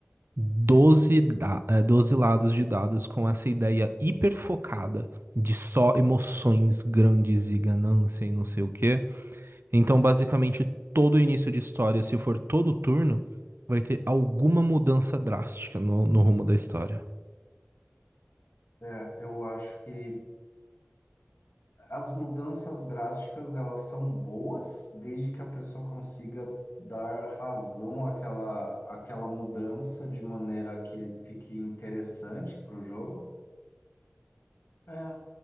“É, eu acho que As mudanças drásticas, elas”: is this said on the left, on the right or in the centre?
Left